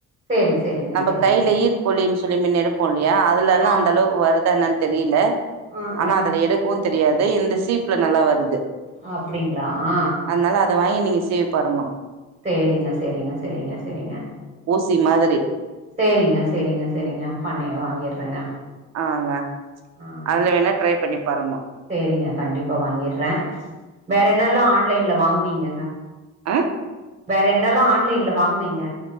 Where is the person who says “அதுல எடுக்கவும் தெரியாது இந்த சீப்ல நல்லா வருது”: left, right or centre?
Right